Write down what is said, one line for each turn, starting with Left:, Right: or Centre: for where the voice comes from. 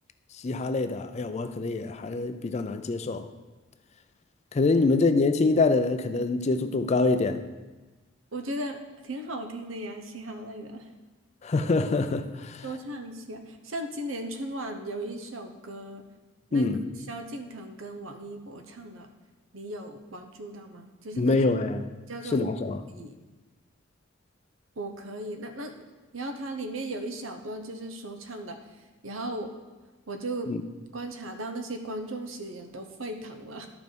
Left: 嘻哈类的，哎呀，我可能也还比较难接受。可能你们这年轻一代的人可能接触度高一点。
Right: 我觉得挺好听的呀，嘻哈类的，
Left: <laughs>
Right: <laughs> 多唱一些。像今年春晚有一首歌，那个萧敬腾跟王一博唱的，
Left: 嗯，
Right: 你有关注到吗？就是那首
Left: 没有哎，
Right: 叫做《我可以，
Left: 是哪首啊？
Right: 我可以》。那那，然后它里面有一小段就是说唱的，然后我就观察到那些观众席的人都沸腾了。
Left: 嗯，